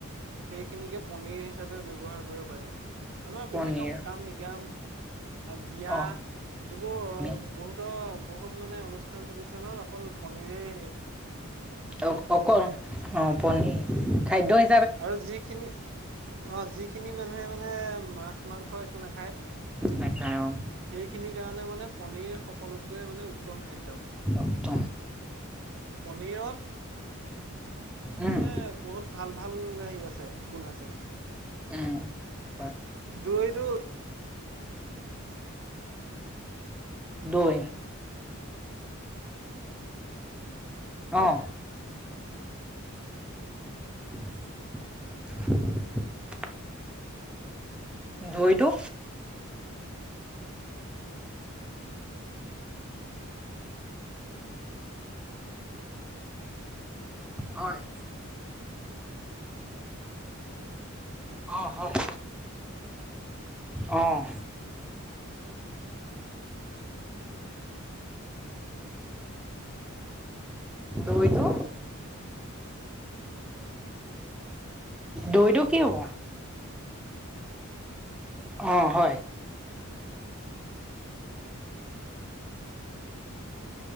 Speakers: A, on the right (about 60°); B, in the centre.
A: সেইখিনিকে পনীৰ হিচাপে ব্যৱহাৰ কৰিব পাৰি আমাৰ
B: পনীৰ
A: বিভিন্ন সকাম, নিকাম বিয়া
B: অ',
A: এইবোৰ
B: আমি
A: বহুতো, বহুত মানে অনু প্ৰতিষ্ঠান, প্ৰতিষ্ঠানত অকল পনীৰে
B: অ, অকল অ, প খাদ্যয়
A: আৰু যিখিনি অ, যিখিনি মানুহে মানে মাছ, মাংস একো নাখায়।
B: নেখায় অ'।
A: সেইখিনিৰ কাৰণে মানে পনীৰ সকলোতকৈ মানে উত্তম খাদ্য।
B: ত
A: পনীৰত
B: উম,
A: মানে বহুত ভাল। ভাল আহি আছে গুণ আছে।
B: উম। হয়,
A: দুই, দুই
B: দুই। অ'। <inaudible> দৈ টো? হয়। অ, হয়, আহ। দৈ টো? দৈ টো কি হ'ব? অ, হয়।